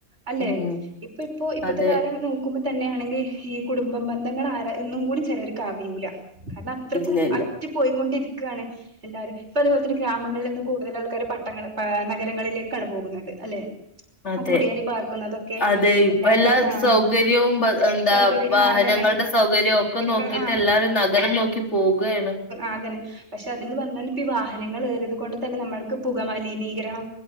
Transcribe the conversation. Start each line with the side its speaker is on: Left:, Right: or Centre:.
Right: അല്ലെ
Left: ഉം
Right: ഇപ്പോ ഇപ്പോ ഇപ്പത്തെ
Left: അതെ
Right: കാലം നോക്കുമ്പോ തന്നെ ആണെങ്കിൽ ഈ കുടുംബ ബന്ധങ്ങൾ ആരാ എന്നും കൂടി ചെലവർക്ക് അറിയൂല കാരണം അത്രക്കും
Left: ഇല്ല ഇല്ല
Right: അറ്റു പോയിക്കൊണ്ടിരിക്കാണ്. എല്ലാരും ഇപ്പ അതുപോലെ തന്നെ ഗ്രാമങ്ങളിൽ നിന്നും കൂടുതൽ ആൾക്കാര് പട്ടങ്ങ നഗരങ്ങളിലേക്കാണ് പോകുന്നത് അല്ലെ
Left: അതെ
Right: കുടിയേറി പാർക്കുന്നതൊക്കെ
Left: അതെ ഇപ്പ
Right: എല്ലാവരും
Left: എല്ലാ
Right: ആ
Left: സൗകര്യവും എന്താ
Right: സൗകര്യ
Left: വാഹനം
Right: ആ അതന്നെ
Left: സൗകര്യം ഒക്കെ
Right: ഇവരൊക്കെ
Left: നോക്കീട്ട്
Right: ആ
Left: എല്ലാരും നഗരം നോക്കി പോകേണ്.
Right: ആതന്നെ പക്ഷെ അതേന്ന് പറഞ്ഞാ ഇപ്പ ഈ വാഹനങ്ങളേ ഏറ്യേത് കൊണ്ട് തന്നെ നമ്മൾക്ക് പുക മലിനീ ഗ്രഹം